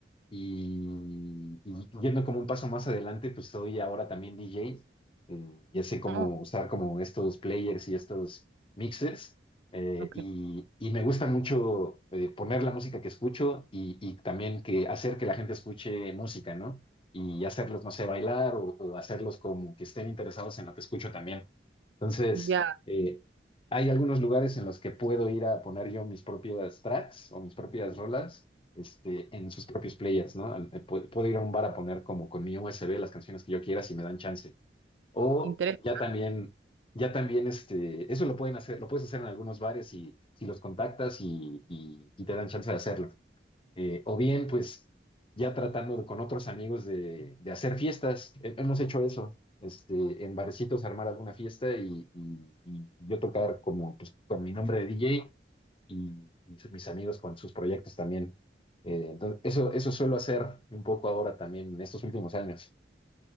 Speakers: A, on the left; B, on the right.
A: Y, y yendo como un paso más adelante, pues soy ahora también DJ. Eh, ya sé cómo
B: oh,
A: usar como estos players y estos mixers. eh,
B: ok.
A: y, y me gusta mucho eh, poner la música que escucho y, y también que hacer que la gente escuche música, ¿no? Y hacerlos, no sé, bailar o, o hacerlos como que estén interesados en lo que escucho también. Entonces,
B: Ya,
A: eh, hay algunos lugares en los que puedo ir a poner yo mis propias tracks o mis propias rolas este, en sus propios players, ¿no? Al- eh, Puedo ir a un bar a poner como con mi USB las canciones que yo quiera si me dan chance. O
B: interesante.
A: ya también, ya también, este, eso lo pueden hacer, lo puedes hacer en algunos bares y si los contactas y, y- y te dan chance de hacerlo. Eh, o bien, pues, ya tratando de- con otros amigos de, de hacer fiestas. He- Hemos hecho eso. Este, en barecitos armar alguna fiesta y, y- y yo tocar como pues, con mi nombre de DJ y, y su- mis amigos con sus proyectos también. Eh, entonces, eso, eso suelo hacer un poco ahora también en estos últimos años.